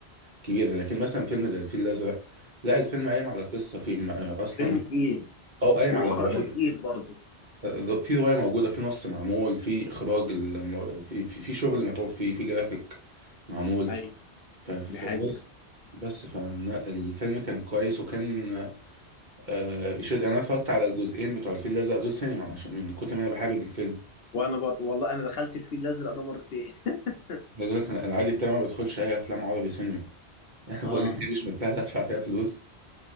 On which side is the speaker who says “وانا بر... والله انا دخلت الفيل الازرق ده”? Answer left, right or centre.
Left